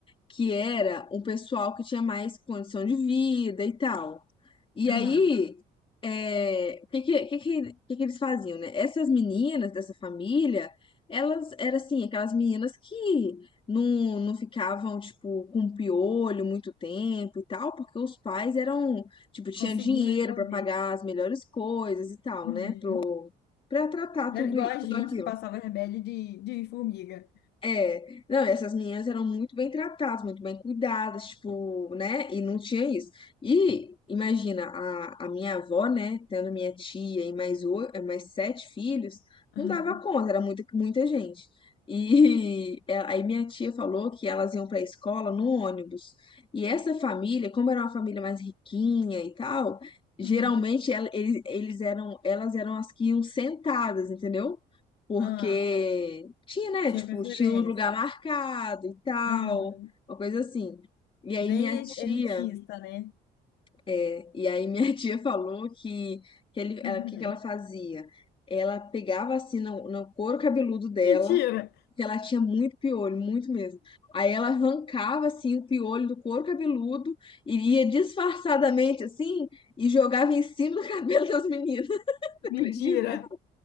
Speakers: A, on the left; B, on the left.
A: que era um pessoal que tinha mais condição de vida e tal. E
B: Aham.
A: aí, é, o que, que, que, que, que que eles faziam, né? Essas meninas dessa família, elas eram assim, aquelas meninas que não, não ficavam, tipo, com piolho muito tempo e tal, porque os pais eram, tipo, tinha
B: Conseguiam
A: dinheiro
B: resolver.
A: para pagar as melhores coisas e tal,
B: Uhum.
A: né? Pro, pra tratar
B: Né,
A: tudo,
B: Igual
A: i-
B: a
A: tudo
B: gente
A: aquilo.
B: que passava rebelde de, de formiga.
A: É, não, essas meninas eram muito bem tratadas, muito bem cuidadas, tipo, né? E não tinha isso. E imagina, a, a minha avó, né, tendo minha tia e mais, o- mais sete filhos,
B: Aham.
A: não dava conta, era muita, muita gente. E <laughs> é, aí minha tia falou que elas iam para a escola no ônibus. E essa família, como era uma família mais riquinha e tal, geralmente
B: Aham.
A: ela- eles, eles eram, elas eram as que iam sentadas, entendeu? porque
B: Ah,
A: tinha, né?
B: tinha
A: Tipo,
B: preferência.
A: tinha um lugar marcado e tal,
B: Aham.
A: uma coisa assim. E aí
B: Bem
A: minha tia,
B: el- elitista, né?
A: é, e aí minha <laughs> tia falou que, que ele, ela,
B: <laughs> Uhum.
A: que que ela fazia? Ela pegava assim no, no couro cabeludo dela,
B: Mentira!
A: que ela tinha muito piolho, muito mesmo. Aí ela arrancava assim o piolho do couro cabeludo, e ia disfarçadamente assim e jogava em cima do <laughs> cabelo das meninas, <laughs> acredita?
B: Mentira!